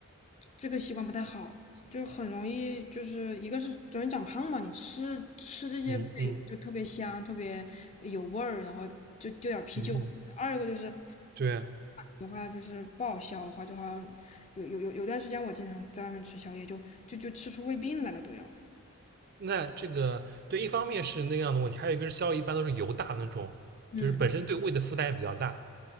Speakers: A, on the left; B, on the right.
A: 这个习惯不太好，就很容易就是一个是容易长胖嘛，你吃吃这些不得就特别香，
B: 嗯嗯
A: 特别有味儿，然后就就点啤酒什么的二一个就是
B: 嗯嗯，对啊。
A: 的话就是不好消化，就好像有有有有段时间我经常在外面吃宵夜，就就就吃出胃病来了都要。
B: 那这个对，一方面是那样的问题，还有一个是宵夜一般都是油大的那种，
A: 嗯。
B: 就是本身对胃的负担也比较大。